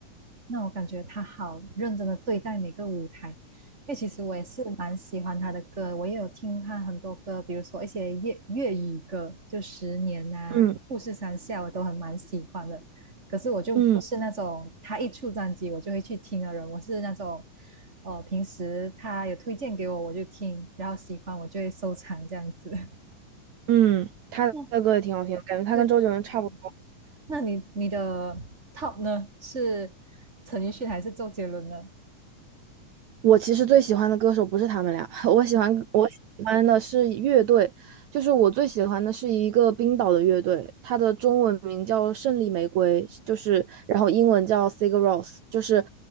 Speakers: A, on the right; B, on the right.
A: 那我感觉他好认真的对待每个舞台，因为其实我也是蛮喜欢他的歌，我也有听他很多歌，比如说一些粤粤语歌，就《十年》啊，
B: 嗯
A: 《富士山下》，我都很蛮喜欢的。可是我就不是那种他一出专辑我就会去听的人，
B: 嗯
A: 我是那种，哦，平时他有推荐给我我就听，然后喜欢我就会收藏这样子。<laughs>
B: 嗯，他的歌也挺好听的，
A: 嗯，
B: 感觉他跟周杰伦差不多。
A: 对对对。那你你的 top 呢？是陈奕迅还是周杰伦呢？
B: 我其实最喜欢的歌手不是他们俩，<laughs> 我喜欢我喜欢的是乐队，就是我最喜欢的是一个冰岛的乐队，它的中文名叫胜利玫瑰，就是然后英文叫 Sigur Rós，就是